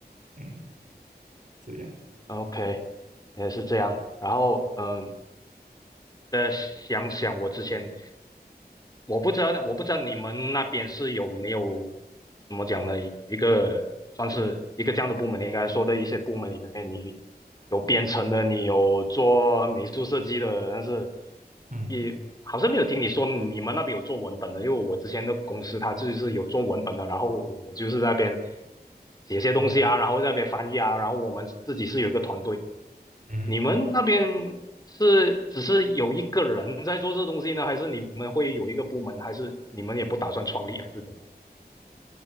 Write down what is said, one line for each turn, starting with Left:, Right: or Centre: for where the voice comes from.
Right: 嗯，这样，
Left: ，OK，也是这样。然后嗯，再想想我之前。我不知道，我不知道你们那边是有没有怎么讲呢？有一个算是一个这样的部门，你刚才说的一些部门里面，你有编程的，你有做美术设计的，但是
Right: 嗯
Left: 也好像没有听你说你们那边有做文本的，因为我之前的公司它就是有做文本的，然后我就是在那边写些东西啊，
Right: 嗯
Left: 然后在那边翻译啊，然后我们自己是有一个团队，
Right: 嗯，
Left: 你们那边是只是有一个人在做这东西呢，还是你们会有一个部门，还是你们也不打算创立，还是怎样？